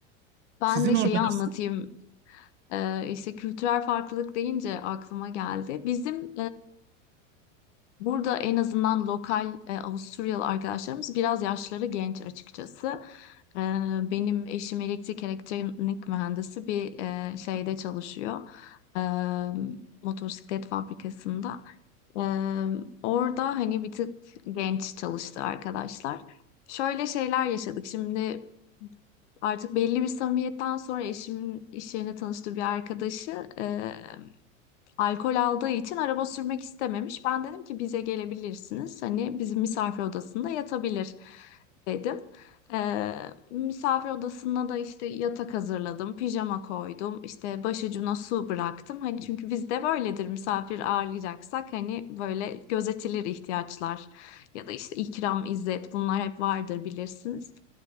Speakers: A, on the left; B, on the right.
A: Ben
B: Sizin
A: de şeyi
B: orada
A: anlatayım.
B: nasıl?
A: Ee, işte kültürel farklılık deyince aklıma geldi. Bizim Burada en azından lokal e, Avusturyalı arkadaşlarımız biraz yaşları genç açıkçası. E, benim eşim elektrik elektronik mühendisi bir e, şeyde çalışıyor. E, motosiklet fabrikasında. E, orada hani bir tık genç çalıştı arkadaşlar. Şöyle şeyler yaşadık. Şimdi artık belli bir samimiyetten sonra eşimin iş yerine tanıştığı bir arkadaşı e, Alkol aldığı için araba sürmek istememiş. Ben dedim ki bize gelebilirsiniz. Hani bizim misafir odasında yatabilir dedim. Ee, misafir odasına da işte yatak hazırladım, pijama koydum, işte başucuna su bıraktım. Hani çünkü bizde böyledir misafir ağırlayacaksak hani böyle gözetilir ihtiyaçlar ya da işte İkram, İzzet bunlar hep vardır bilirsiniz.